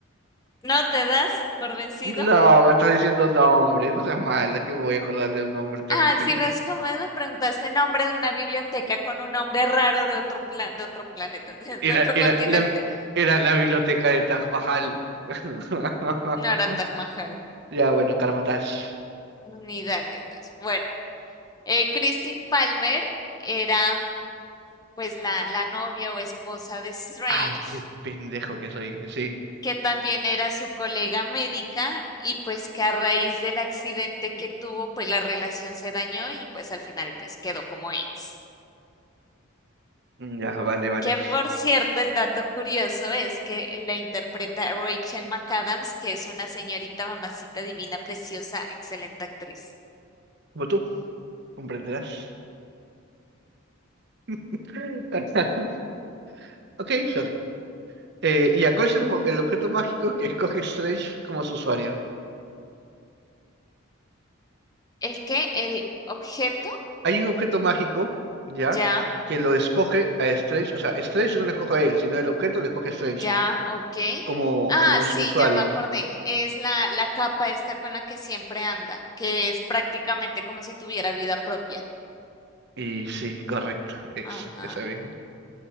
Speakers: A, on the left (about 20°); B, on the right (about 55°).
A: ¿No te das por vencido?
B: No, me estás diciendo nombres, no seas mala, que me voy a acordar de un nombre tan...
A: Ah,
B: pen-
A: si ves cómo es, me preguntaste nombre de una biblioteca con un nombre raro de otro pla- de otro planeta, <laughs>
B: Era,
A: de otro
B: era,
A: continente.
B: la, era la biblioteca de Taj Mahal. <laughs>
A: No era Taj Mahal,
B: Ya, bueno, Karamatash.
A: ni Daggett. Bueno, eh, Christine Palmer era pues la, la novia o esposa de Strange.
B: Ay, qué pendejo que soy, sí.
A: que también era su colega médica y pues que a raíz del accidente que tuvo, pues la relación se dañó y pues al final pues quedó como ex.
B: Mm, Ya, vale, vale.
A: Que por cierto, el dato curioso es que la interpreta Rachel McAdams, que es una señorita mamacita divina, preciosa, excelente actriz.
B: Como tú, comprenderás. <laughs> Ok, sorry. Eh, ya, ¿cuál es el, mo- el objeto mágico que escoge Strange como su usuario?
A: ¿El qué? ¿El objeto?
B: Hay un objeto mágico, ya,
A: Ya,
B: que lo escoge a Strange, o sea, Strange no lo escoge a él, sino el objeto lo escoge Strange.
A: ya, ok.
B: como,
A: Ah,
B: como
A: sí,
B: su usuario.
A: ya me acordé. Es la, la capa esta con la que siempre anda, que es prácticamente como si tuviera vida propia.
B: Y sí, correcto, exa,
A: Ajá.
B: ese mismo.